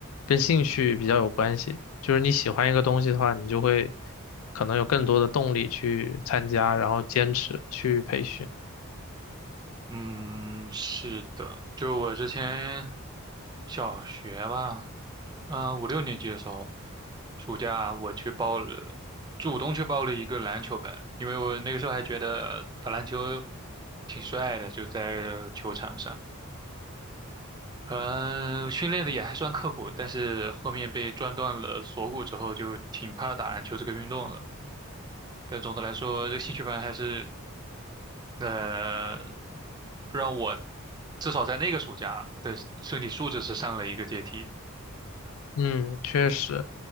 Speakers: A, on the left; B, on the right.
A: 跟兴趣比较有关系。就是你喜欢一个东西的话，你就会可能有更多的动力去参加，然后坚持去培训。
B: 嗯，是的，就我之前小学吧，啊、五六年级的时候，暑假我去报了，主动去报了一个篮球班，因为我那个时候还觉得打篮球挺帅的，就在球场上。嗯，训练的也还算刻苦，但是后面被撞断了锁骨之后，就挺怕打篮球这个运动了。但总的来说，这兴趣班还是，呃，让我至少在那个暑假的身体素质是上了一个阶梯的。
A: 嗯，确实。